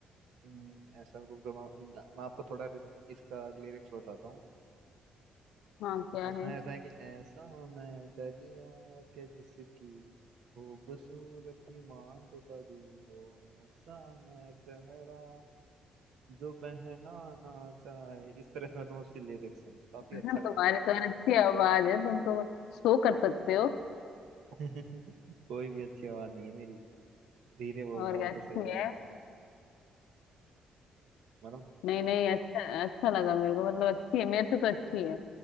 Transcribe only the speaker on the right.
हम्म, ऐसा रुक जाओ मैं मैं आपको थोड़ा रि- इसका लिरिक्स बताता हूँ
उसमें
ऐसा है कि ऐसा मैं दरिया के जिसकी खूबसूरती मांड बड़ी हो ऐसा मैं चेहरा जो बहना ना चाहे इस तरह से मतलब उसके लिरिक्स हैं काफी
अच्छा गाना
है
<laughs> कोई भी अच्छी आवाज नहीं है मेरी धीरे बोलता
हूँ
तो सही
लगता है मतलब